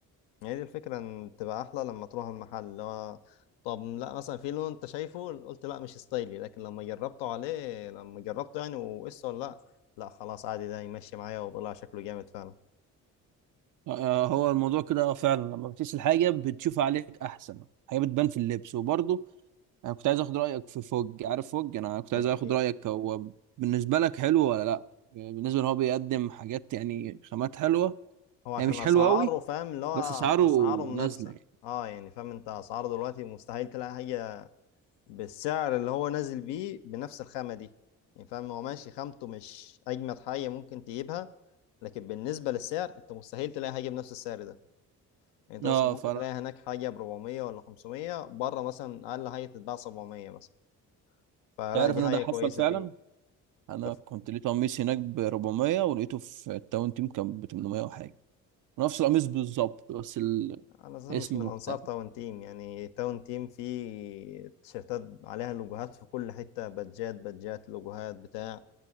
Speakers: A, on the left; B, on the right.
A: هي دي الفكره ان تبقى احلى لما تروح المحل اللي هو طب لا مثلا في لون انت شايفه قلت لا مش ستايلي لكن لما جربته عليه لما جربته يعني وقصه ولا لا لا خلاص عادي ده يمشي معايا وطلع شكله جامد فعلا
B: آه، آه، هو الموضوع كده آه، فعلا لما بتقيس الحاجة بتشوف عليك أحسن حاجة بتبان في اللبس وبرضه أنا كنت عايز آخد رأيك في فوج عارف فوج أنا كنت
A: اكيد
B: عايز آخد رأيك هو بالنسبة لك حلو ولا لأ بالنسبة إن هو بيقدم حاجات يعني خامات حلوة
A: هو عشان
B: هي مش
A: اسعاره
B: حلوة أوي
A: فاهم اللي هو
B: بس أسعاره
A: اسعاره منافسه
B: نازلة يعني
A: اه يعني فاهم انت اسعاره دلوقتي مستحيل تلاقي حاجه بالسعر اللي هو نازل بيه بنفس الخامة دي يعني فاهم هو ماشي خامته مش أجمد حاجة ممكن تجيبها لكن بالنسبة للسعر أنت مستحيل تلاقي حاجة بنفس السعر ده يعني أنت مثلا
B: أه
A: ممكن
B: فرق
A: تلاقي هناك حاجة ب 400 ولا 500 بره مثلا أقل حاجة تتباع 700 مثلا فلا
B: تعرف
A: دي
B: إن
A: حاجة
B: ده حصل
A: كويسة
B: فعلا
A: فيه
B: انا
A: ده ف...
B: كنت لقيت قميص هناك ب 400 ولقيته في التاون تيم كان ب 800 وحاجه نفس القميص بالظبط بس الاسم
A: أنا أساسا مش من
B: مختلف
A: أنصار تاون تيم يعني تاون تيم فيه تيشيرتات عليها لوجوهات في كل حتة بادجات بادجات لوجوهات بتاع